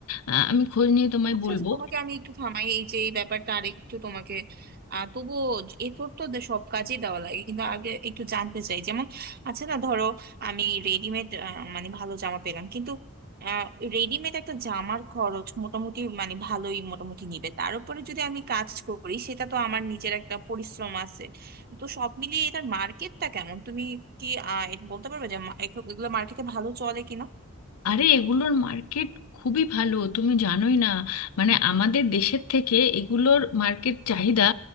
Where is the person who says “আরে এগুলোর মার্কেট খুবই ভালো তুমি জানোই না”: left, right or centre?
Left